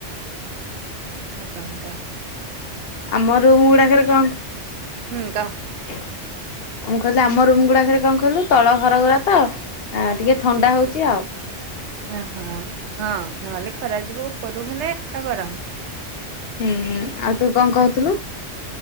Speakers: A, on the right (about 70°); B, on the left (about 60°).
A: ଆଉ କଣ କ?
B: ଆମ ରୁମ ଗୁଡାକରେ କଣ?
A: ହୁଁ କ।
B: <unintelligible> ମୁଁ କହିଲି ଆମ ରୁମ ଗୁଡାକରେ କଣ କହିଲୁ ତଳ ଘରଘରା ତ ଆ ଟିକେ ଥଣ୍ଡା ହଉଛି ଆଉ।
A: ଓହୋ ହଁ ନହେଲେ ଖରା ଯିବୁ କର ହେଲେ ଏଟା ଗରମ।
B: ହୁଁ ହୁଁ, ଆଉ ତୁ କଣ କହୁଥିଲୁ।